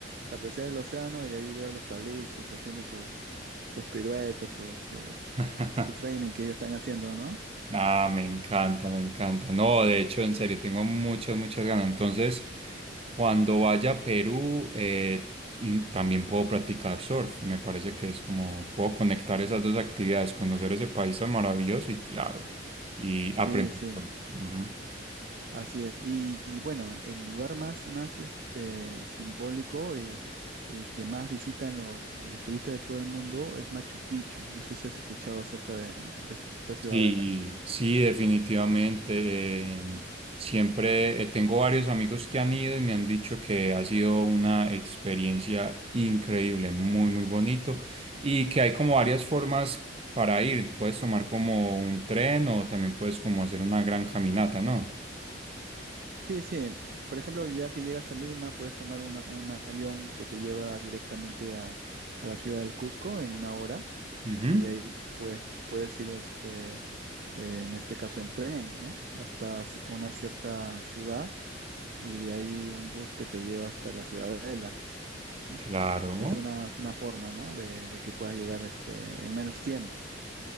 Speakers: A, on the right (about 50°); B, on the right (about 30°).
A: apreciar el océano y ahí veo los tablistas haciendo sus, sus piruetas, sus, sus-
B: <laughs>
A: su training que ellos están haciendo, ¿no?
B: Ah, me encanta, me encanta. No, de hecho, en serio, tengo muchas, muchas ganas. Entonces, cuando vaya a Perú, eh, in- también puedo practicar surf. Me parece que es como, puedo conectar esas dos actividades, conocer ese país tan maravilloso y claro, y aprender.
A: Sí, sí,
B: surf. Ujú.
A: así es. Y, y bueno, el lugar más, más este, simbólico y, y que más visitan lo- los turistas de todo el mundo es Machu Picchu. No sé si has escuchado acerca de de esta ciudadela.
B: Sí, sí, definitivamente. em, siempre eh, tengo varios amigos que han ido y me han dicho que ha sido una experiencia increíble, muy, muy bonito y que hay como varias formas para ir. Puedes tomar como un tren o también puedes como hacer una gran caminata, ¿no?
A: Sí, sí. Por ejemplo, ya que llegas a Lima, puedes tomar una, un avión que te lleva directamente a, a la ciudad del Cusco en una hora
B: Ujú,
A: y de ahí puedes, puedes ir, este, eh, en este caso, en tren, ¿no? Hasta ci- una cierta ciudad y de ahí un bus que te lleva hasta la ciudadela, ¿no?
B: Claro.
A: Es una, es una forma, ¿no? De, de que puedas llegar, este, en menos tiempo.